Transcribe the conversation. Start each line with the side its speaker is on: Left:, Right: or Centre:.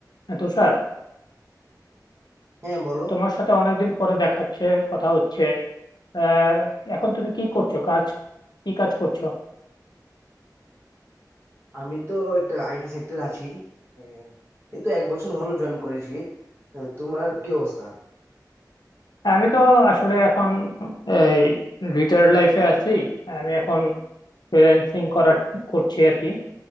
Left: হ্যাঁ, তুষার
Right: হ্যাঁ বলো
Left: তোমার সাথে অনেকদিন পরে দেখাচ্ছে কথা হচ্ছে আহ, এখন তুমি কি করছো কাজ কি কাজ করছো
Right: আমি তো একটা আইটি সেক্টর আছি আহ, এই তো এক বছর হলো জয়েন করেছি আহ, তোমার কি অবস্থা
Left: আমি তো আসলে এখন এই রিটায়ার্ড লাইফে আছি আমি এখন ফ্রিল্যান্সিং করার করছি আর কি